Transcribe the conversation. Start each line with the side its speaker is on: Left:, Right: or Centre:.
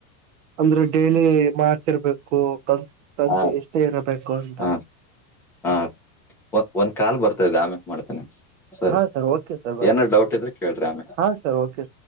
Right: ಅಂದ್ರೆ ಡೇಲಿ ಮಾಡ್ತಿರ್ಬೇಕು. ನ್ ಕನ್ಸ
Centre: ಹಾ
Right: ಎಷ್ಟೇ ಇರಬೇಕು ಅಂತ
Centre: ಹಾ ಹಾ ಒಂದ್ ಕಾಲ್ ಬರ್ತದೆ ಆಮೇಕ್ ಮಾಡ್ತೇನೆಿ. ಸರಿ
Right: ಹಾ ಸರ್ ಓಕೆ ಸರ್ ಬಾಯ್
Centre: ಏನಾದ ಡೌಟ್ ಇದ್ರೆ ಕೇಳ್ರಿ ಆಮೇ.
Right: ಹಾ ಸರ್ ಓಕೆ ಸರ್